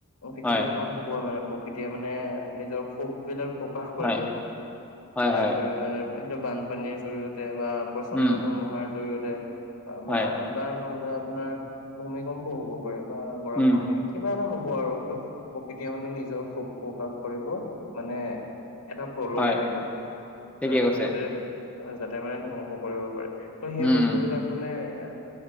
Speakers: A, on the left; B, in the centre.
A: পৃথিৱীখন
B: হয়
A: হুব মানে প্ৰকৃতিয়ে মানে নিজৰ খুববিলাক প্ৰকাশ কৰিব,
B: হয় হয়
A: তাৰ
B: হয়
A: জৰি সেইটো বানপানীৰ জৰিয়তে বা প্ৰচণ্ড
B: উম
A: ধুমুহাৰ জৰিয়তে আ বা
B: হয়
A: আ ওম বা নহ'লে আপোনাৰ ভূমিকম্প হ'ব পাৰে বা গৰাখহনি
B: উম
A: কিবা এটা হ'ব আৰু ত প্ৰকৃতিয়ে মানে নিজেও খুব প্ৰকাশ কৰিব মানে এটা প্ৰলয়
B: হয়
A: আনিব
B: ঠিকে
A: আহ
B: কৈছে
A: যাতে যাতে মানে ধ্বংস কৰিব পাৰে। ত সেই
B: উম
A: বস্তুবিলাক মানে এ